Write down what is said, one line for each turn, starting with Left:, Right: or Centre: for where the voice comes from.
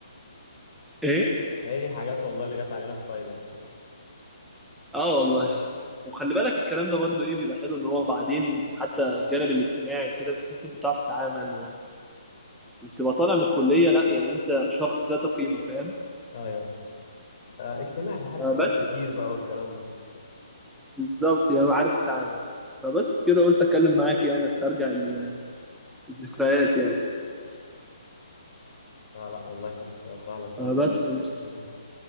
Centre: ايه
Left: هي دي الحاجات والله اللي جت علينا في فايدة
Centre: اه والله وخلي بالك الكلام ده برضو ايه بيبقى حلو ان هو بعدين حتى الجانب الاجتماعي وكده بتحس انت بتعرف تتعامل و- وبتبقى طالع من الكليه لا يعني انت شخص ذات قيمه فاهم
Left: أيوه آه، اجتماعي عارف
Centre: آه بس
Left: ناس كتير بقى والكلام ده
Centre: بالظبط يعني عارف تتعامل فبس كده قلت اتكلم معاك يعني استرجع ال- الذكريات يعني
Left: لا لا والله كانت فعلا فعلا
Centre: فبس
Left: جميلة.